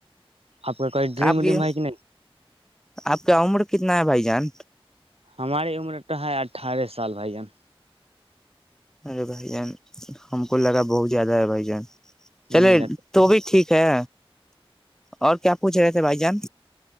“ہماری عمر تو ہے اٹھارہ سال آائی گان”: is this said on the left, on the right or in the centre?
Right